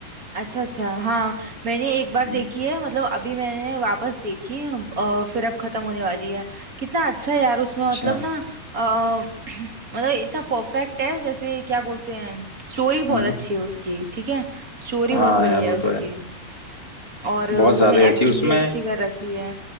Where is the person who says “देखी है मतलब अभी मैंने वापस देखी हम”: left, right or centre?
Right